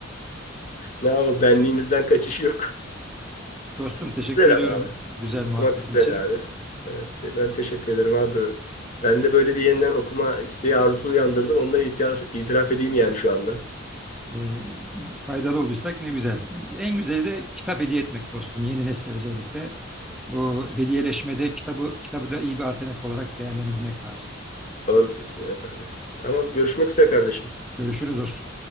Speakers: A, on the left; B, in the centre.
A: Ne yapalım benliğimizden kaçış yok.
B: Dostum
A: <laughs>
B: teşekkür
A: Güzel
B: ediyorum
A: ama abi.
B: güzel
A: Okumak
B: muhabbetin
A: güzel
B: için.
A: abi. Evet ben teşekkür ederim abi. Ben de böyle bir yeniden okuma isteği arzusu uyandırdın. Onunla itiraf, itiraf edeyim yani şu anda.
B: E, faydalı olduysak ne güzel. En güzeli de kitap hediye etmek dostum yeni nesle özellikle. Bu hediyeleşmede kitabı kitabı da iyi bir alternatif olarak değerlendirmek lazım.
A: Doğru diyorsun evet abi. Tamam görüşmek üzere kardeşim.
B: Görüşürüz dostum.